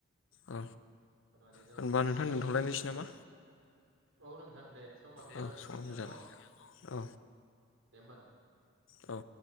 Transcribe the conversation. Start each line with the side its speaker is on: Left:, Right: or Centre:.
Left: औ
Right: हा माने जों
Left: होनबा
Right: बेनि
Left: नोंथां
Right: सायाव
Left: दोनथ'लायनोसै
Right: माने
Left: नामा
Right: औ औ नोंथां दे समाबो जाबायमोन
Left: औ समाबो
Right: जोंनिया
Left: जाबाय
Right: न
Left: औ
Right: दे होमबा नोंथां
Left: औ